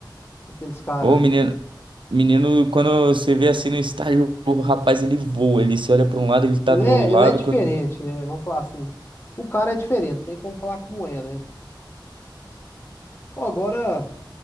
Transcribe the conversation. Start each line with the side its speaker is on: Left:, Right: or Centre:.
Left: Aqueles caras,
Right: Ô, menino,
Left: né?
Right: menino, quando você vê assim no estádio, o rapaz ele voa, ele se olha pra um lado, ele tá
Left: Ele
Right: do
Left: é,
Right: lado.
Left: ele é diferente,
Right: Quando...
Left: né? Vamos falar assim. O cara é diferente, não tem como falar que não é, né? Pô, agora.